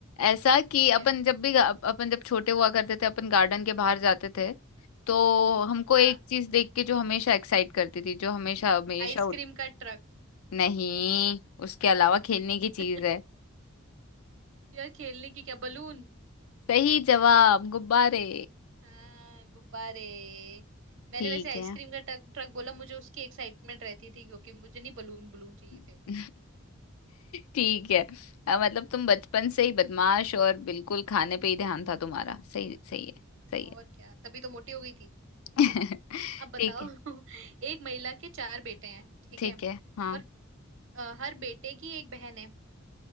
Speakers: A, on the left; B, on the right.
A: ऐसा कि
B: ठीक
A: अपन
B: है
A: जब भी गा- अपन जब छोटे हुआ करते थे अपन गार्डन के बाहर जाते थे तो हमको
B: हाँ
A: एक चीज देख के जो हमेशा एक्साइट करती थी जो हमेशा हमेशा
B: आइसक्रीम
A: उत...
B: का ट्रक
A: नहीं उसके अलावा खेलने
B: <laughs>
A: की चीज है
B: यार खेलने की क्या बलून
A: सही जवाब गुब्बारे
B: हाँ गुब्बारे मैंने
A: ठीक
B: वैसे आइसक्रीम
A: है
B: का ट्रक ट्रक बोला मुझे उसकी एक्साइटमेंट रहती थी क्योंकि मुझे नहीं बलून बलून चाहिए थे
A: <laughs> ठीक है अ, मतलब तुम बचपन से ही बदमाश और बिल्कुल खाने पे ही ध्यान था तुम्हारा सही सही है सही
B: और क्या तभी तो मोटी हो गई थी
A: है <laughs>
B: अब बताओ
A: ठीक है
B: <laughs> एक महिला के चार बेटे हैं ठीक
A: ठीक
B: है
A: है हाँ
B: और अ, हर बेटे की एक बहन है